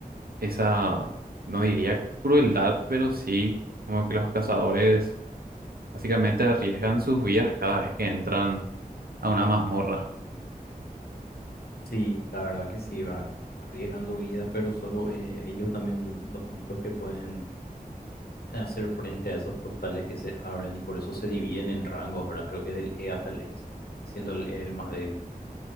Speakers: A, on the right; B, on the left.
A: esa, no diría crueldad, pero sí, como que los cazadores Básicamente arriesgan sus vidas cada vez que entran a una mazmorra.
B: sí, la verdad que sí, va, arriesgan su vida, pero solo eh, ellos también los únicos que pueden hacer frente a esos portales que se abren y por eso se dividen en rangos, ¿verdad? Creo que del E hasta el S, siendo el E el más débil.